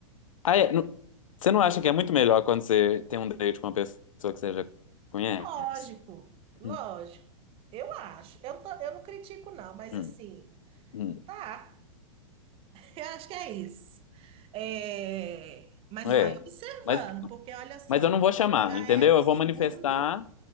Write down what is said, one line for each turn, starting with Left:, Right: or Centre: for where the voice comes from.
Left: Ah, é, não- você não acha que é muito melhor quando você tem um date com uma pessoa que você já conhece?
Right: Lógico, lógico.
Left: Hum,
Right: Eu acho. Eu, tô- eu não critico, não, mas
Left: hum,
Right: assim,
Left: hum.
Right: tá. Eu acho que é isso. É, mas
Left: É.
Right: vai observando,
Left: Mas,
Right: porque olha só,
Left: mas eu não vou chamar,
Right: já
Left: entendeu?
Right: é o
Left: Eu
Right: segundo
Left: vou manifestar.